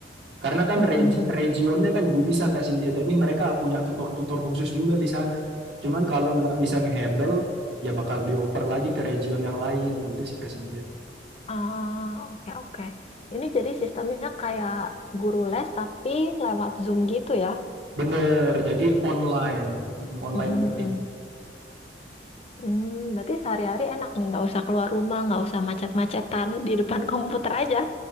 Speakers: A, on the right; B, on the left.
A: Karena kan
B: Mm-mm.
A: regi- regionnya kan dipisah Kak Sintia. Jadi mereka punya tutor-tutor khusus juga di sana. Cuman kalau nggak bisa ngehandle, ya bakal dioper lagi ke region yang lain gitu sih Kak Sintia.
B: Ah, oke oke. Ini jadi sistemnya kayak guru les tapi lewat Zoom gitu ya?
A: Bener, jadi online, Mm, online
B: Mm, mm,
A: meeting.
B: mm. Hmm, berarti sehari-hari enak nih, nggak usah keluar rumah, nggak usah macet-macetan di depan <laughs> komputer aja.